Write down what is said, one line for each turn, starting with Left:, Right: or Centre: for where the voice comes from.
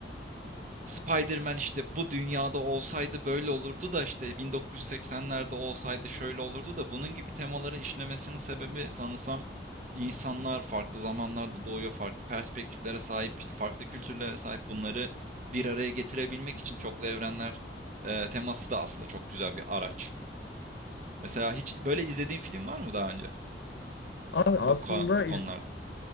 Right: Spider-Man işte bu dünyada olsaydı böyle olurdu da işte 1980'lerde olsaydı şöyle olurdu da bunun gibi temaları işlemesinin sebebi sanırsam insanlar farklı zamanlarda doğuyor, farklı perspektiflere sahip, işte farklı kültürlere sahip bunları bir araya getirebilmek için çoklu evrenler e, teması da aslında çok güzel bir araç. Mesela hiç böyle izlediğin film var mı daha önce
Left: Abi aslında
Right: bu ko- bu konularda?
Left: iz